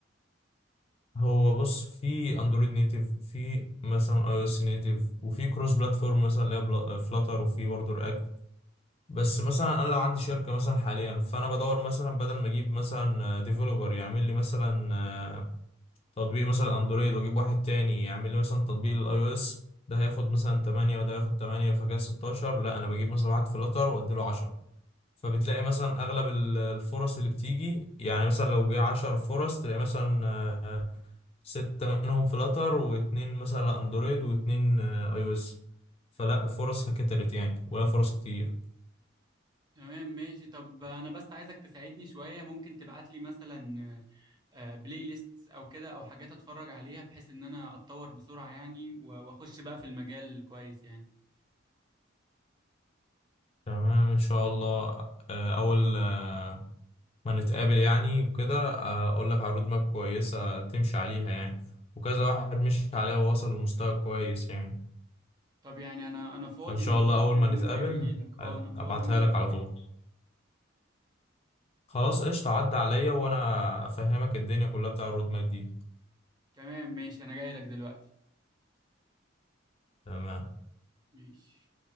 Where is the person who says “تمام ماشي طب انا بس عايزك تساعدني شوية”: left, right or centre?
Right